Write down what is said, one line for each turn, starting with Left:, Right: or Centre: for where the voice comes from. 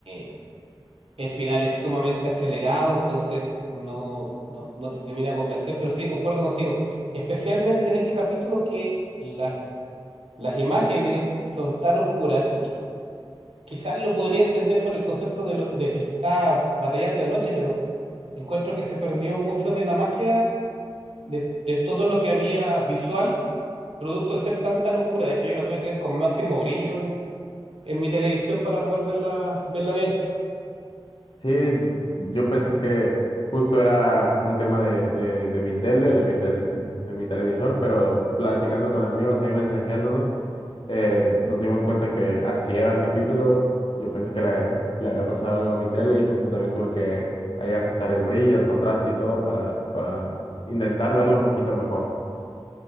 Right: eh, el final es sumamente acelerado, entonces no, no, no te termina de convencer, pero sí, concuerdo contigo. Especialmente en ese capítulo que las las imágenes son tan oscuras y qui- quizás lo podría entender por el concepto de, lo, de que está batallando de noche, pero encuentro que se perdió mucho de la magia de, de todo lo que había visual, producto de ser tan tan oscura. De hecho, yo la tuve que ver con máximo brillo en, en mi televisión para poder verla, verla bien.
Left: Sí, yo pensé que justo era un tema de, de, de mi tele, de mi tele- de mi televisor, pero platicando con amigos, ahí mensajeándonos, eh, nos dimos cuenta que así era el capítulo. Yo pensé que le, le había pasado algo a mi tele y justo también tuve que ahí ajustar el brillo, el contraste y todo para, para intentar verla un poquito mejor.